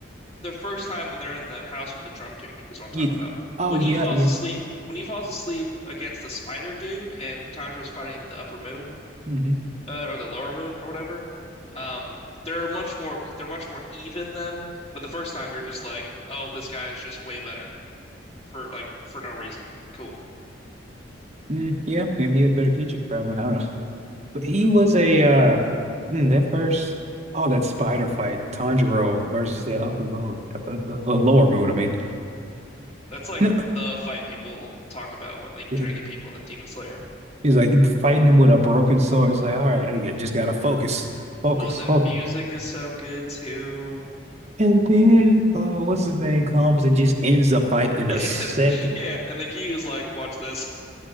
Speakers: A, on the left (about 30°); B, on the right (about 35°).
A: the first time when they're in the house with the drum dude is what I'm
B: Yeah.
A: talking about.
B: Oh
A: When
B: yeah,
A: he falls
B: yeah.
A: asleep, when he falls asleep against the spider dude and Tanjiro's fighting the upper moon
B: hmm
A: uh, or the lower moon or whatever, um, they're much more they're much more even then. But the first time you're just like, oh, this guy is just way better for like for no reason. Cool.
B: Mm, yeah, yeah, he had a better teacher, probably. I don't know. But he was a uh mm, that first oh that spider fight, Tanjiro versus that upper moon, uh, uh, uh, uh, lower moon, I mean.
A: That's like
B: No,
A: the fight people talk about when they try
B: like,
A: to get people in the Demon Slayer.
B: he's like fighting him with a broken sword. It's like, all right, I just gotta focus, focus,
A: Well, and
B: focus.
A: the music is so good too.
B: And then uh what's his name comes and just ends the fight in
A: Yeah,
B: a second.
A: <laughs> yeah. And the key is like, watch this. <laughs>